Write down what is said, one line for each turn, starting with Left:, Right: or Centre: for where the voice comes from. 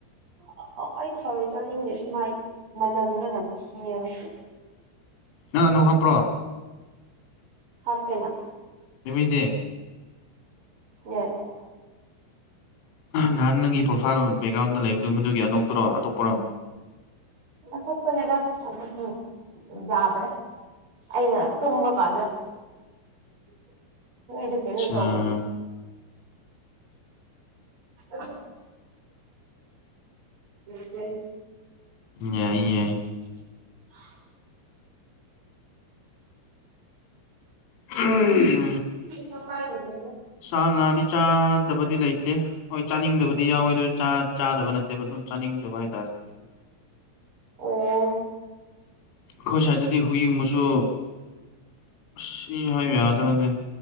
Right: ꯑ ꯑ ꯑꯩ ꯊꯥꯎꯔꯣꯏ ꯆꯥꯅꯤꯡꯗꯦ ꯑꯗꯨ ꯃꯥꯏ ꯃꯅꯝꯗꯨ ꯑꯗꯨꯝ ꯊꯤꯌꯦꯕ
Left: ꯑꯪ ꯅꯣꯡ ꯍꯥꯞꯄ꯭ꯔꯣ
Right: ꯍꯥꯄꯦꯅ
Left: ꯑꯦꯃꯤꯗꯤ
Right: ꯌꯦꯁ
Left: ꯅꯍꯥꯟ ꯅꯪꯒꯤ ꯄ꯭ꯔꯣꯐꯥꯏꯜ ꯕꯦꯛꯒ꯭ꯔꯥꯎꯟꯗ ꯂꯩꯕꯗꯨ ꯃꯗꯨꯒꯤ ꯑꯅ ꯄꯨ꯭ꯔꯣ ꯑꯇꯣꯞꯄꯅꯣ
Right: ꯑꯇꯣꯞꯄꯅꯦꯗ ꯑꯗꯨꯗꯤ ꯌꯥꯗ꯭ꯔꯦ ꯑꯩꯅ ꯇꯨꯝꯕ ꯀꯥꯟꯗ ꯗꯨ ꯀꯅ
Left: ꯑꯆꯥ
Right: ꯀꯥꯎꯗꯦ ꯐꯗ ꯑꯗꯨ
Left: ꯌꯥꯏ ꯌꯥꯏ
Right: ꯍꯩꯠ <inaudible>
Left: ꯎꯝ
Right: ꯍ ꯀꯥꯏꯗꯗ
Left: ꯁꯥ ꯉꯥꯗꯤ ꯆꯥꯗꯕꯗꯤ ꯂꯩꯇꯦ ꯍꯣꯏ ꯆꯥꯅꯤꯡꯗꯕꯗꯤ ꯌꯥꯎꯋꯤꯗ ꯆꯥꯗꯕ ꯅꯠꯇꯦꯕ ꯑꯗꯨꯝ ꯆꯅꯤꯡꯗ ꯥꯏꯇꯔ
Right: ꯑꯣ
Left: ꯑꯩꯈꯣꯏ ꯁ꯭ꯋꯥꯏꯗꯗꯤ ꯍꯨꯏꯡꯕꯁꯨ ꯁꯤ ꯍꯥꯏꯕ ꯌꯥꯗ꯭ꯔꯗꯤꯅꯦꯝ